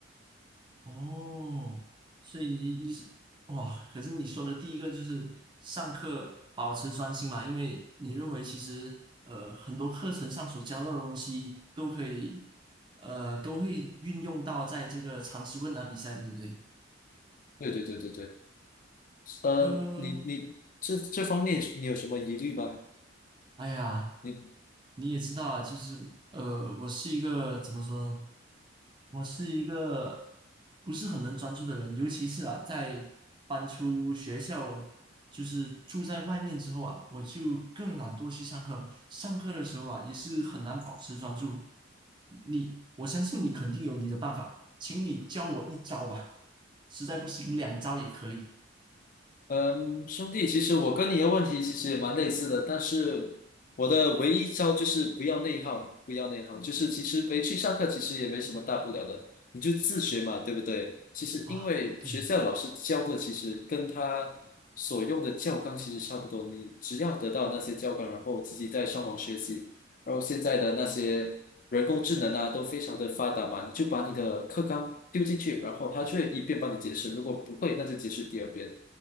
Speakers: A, on the right; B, on the left.
A: 哦，所以你一是哇，可是你说的第一个就是上课保持专心嘛，因为你认为其实呃很多课程上所教到的东西都可以呃都会运用到在这个常识问答比赛，对不对？
B: 对对对对对，呃，
A: 嗯、
B: 你你这这方面你有什么疑虑吗？
A: 哎呀，
B: 你？
A: 你也知道啊，就是呃，我是一个怎么说？我是一个不是很能专注的人，尤其是啊，在搬出学校，就是住在外面之后啊，我就更懒惰去上课。上课的时候啊，也是很难保持专注。你，我相信你肯定有你的办法，请你教我一招吧，实在不行两招也可以
B: 嗯，兄弟，其实我跟你的问题其实也蛮类似的，但是我的唯一招就是不要内耗，不要内耗，就是其实没去上课，其实也没什么大不了的，你就自学嘛，对不对？其实因为学校老师教的，
A: 啊。对，
B: 其实跟他所用的教纲其实差不多，你只要得到那些教纲，然后自己再上网学习，然后现在的那些人工智能啊，都非常的发达嘛，你就把你的课纲丢进去，然后它就会一遍帮你解释，如果不会，那就解释第二遍。